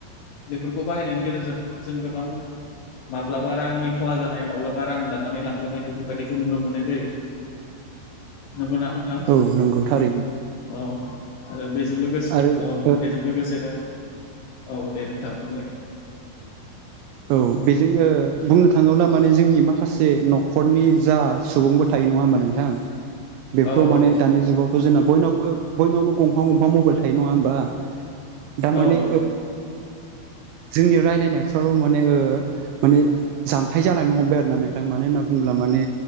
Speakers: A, on the left; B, on the right.
A: बेफोरखौ बाहायनायनि गेजेरजों जों गोबां माब्लाबा रांनि खहा जानाय माब्लाबा रां दाननानै लांजानाय बेफोरबायदिखौ नुनो मोननाय जायो नखौ न ां
B: औ नंगौ थारैनो
A: औ आरो बेजों लोगोसे
B: आरो
A: औ
B: ओ
A: बेजों लोगोसेनो औ दे नोंथ बुंलाय
B: औ बेजों बुंनो थाङोब्ला माने जोंनि माखासे न'खरनि जा सुबुंबो थायो नङा होमबा नोंथां बेफोराव
A: औ औ
B: माने दानि जुगावथ' जोंना बयनाव बयनावबो गंफां गंफां मबाइल थायो नङा होमबा दारमाने
A: औ नंगौ
B: जोंनि राय्लायनायफ्रावो माने माने जानथाय जालांनो हमबाय आरो ना नोंथां मानो होनना बुंुङोब्ला माने